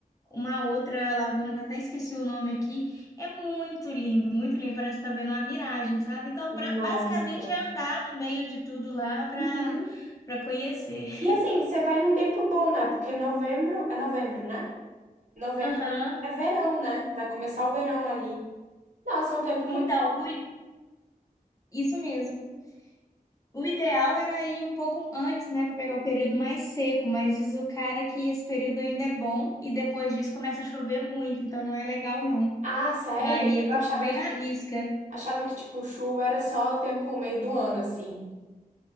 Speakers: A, on the left; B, on the right.
A: uma outra laguna que eu até esqueci o nome aqui. É muito lindo, muito lindo, parece que tá vendo uma miragem, sabe? Então,
B: Nossa.
A: bra- basicamente é andar no meio de tudo lá para
B: Uhum.
A: para conhecer.
B: E assim, você vai num tempo bom, né? Porque novembro é novembro, né? Novembro
A: Aham.
B: é verão, né? Vai começar o verão ali. Nossa, é um tempo muito
A: Então,
B: bom.
A: o- isso mesmo. O ideal era ir um pouco antes, né, para pegar o período mais seco, mas diz o cara que esse período ainda é bom e depois disso começa a chover muito, então não é legal não.
B: Ah, sério?
A: Aí
B: Eu
A: eu tô
B: achava
A: indo bem
B: que
A: na risca.
B: achava que tipo chuva era só o tempo meio do ano assim.